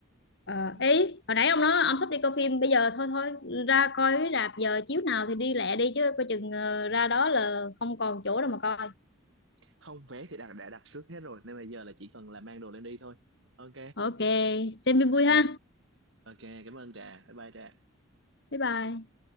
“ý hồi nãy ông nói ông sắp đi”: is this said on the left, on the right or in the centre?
Left